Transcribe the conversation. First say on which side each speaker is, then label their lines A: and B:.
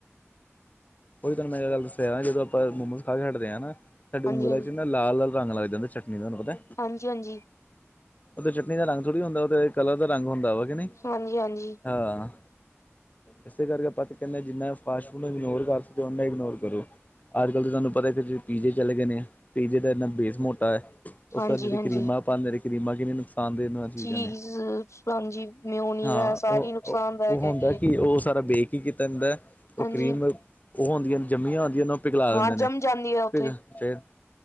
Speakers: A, on the left; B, on the left.
A: ਉਹੀ ਤੁਹਾਨੂੰ ਮੈਂ ਇਹ ਗੱਲ ਦੱਸਿਆ ਜਦੋਂ ਆਪਾ ਮੋਮੋਸ ਖਾ ਕੇ ਹਟਦੇ ਹਾਂ ਨਾ ਸਾਡੀਆਂ
B: ਹਾਂਜੀ
A: ਉਗਲਾ 'ਚ ਨਾ। ਲਾਲ- ਲਾਲ ਰੰਗ ਲੱਗ ਜਾਂਦਾ ਚਟਨੀ ਤੁਹਾਨੂੰ ਪਤਾ?
B: ਹਾਂਜੀ- ਹਾਂਜੀ।
A: ਉਹ ਤੇ ਚਟਨੀ ਦਾ ਰੰਗ ਥੋੜ੍ਹੀ ਹੁੰਦਾ ਉਹ ਤੇ ਕਲਰ ਦਾ ਰੰਗ ਹੁੰਦਾ ਵਾ ਕਿ ਨਹੀ
B: ਹਾਂਜੀ ਹਾਂਜੀ
A: ਹਾਂ। ਇਸੇ ਕਰਕੇ ਆਪਾਂ ਕਹਿਦੇ ਜਿਨਾ ਫਾਸਟ ਫੂਡ ਨੂੰ ਇਗਨੋਰ ਕਰ ਸਕਦੇ ਓਨਾ ਹੀ ਇਗਨੋਰ ਕਰੋ। ਅਜ ਕਲ ਤਾਂ ਤੁਹਾਨੂੰ ਪਤਾ ਹੈ। ਕਿ ਜੇ ਪੀਜੇ ਚਲੇ ਗਏ ਨੇ, ਪੀਜੇ ਦਾ ਇਨਾ ਬੇਸ ਮੋਟਾ ਹੈ। ਉਹ
B: ਹਾਂਜੀ-ਹਾਂਜੀ।
A: ਸਰ ਜਿਹੜੀ ਕਰੀਮਾਂ ਪਾਉਦੇ ਨੇ ਕਰੀਮਾਂ ਕਿਹ ਖਾਂਦੇ ਉਹ ਚੀਜਾ
B: ਚੀਜ਼,
A: ਨੇ
B: ਸਪੰਜੀ, ਮਿਊਨੀਜ਼
A: ਹਾਂ
B: ਹੈ ਸਾਰੀ
A: ਉਹ-
B: ਨੁਕਸਾਨਦਾਇਕ
A: ਉਹ ਹੁੰਦਾ
B: ਹੈਗੀ ਏ।
A: ਕਿ ਉਹ ਸਾਰਾ ਬੇਖ ਕੀ ਕੀਤਾ ਜਾਂਦਾ ਉਹ
B: ਹਾਂਜੀ,
A: ਕਰੀਮ ਉਹ ਹੁੰਦੀਆਂ ਜੰਮੀਆਂ ਆਉਦੀਆਂ ਨੇ ਉਹ ਪਿਘਲਾ
B: ਹਾਂ
A: ਦਿੰਦੇ ਨੇ
B: ਜੰਮ ਜਾਂਦੀ ਹੈ ਉੱਥੇ।
A: ਫਿਰ- ਫਿਰ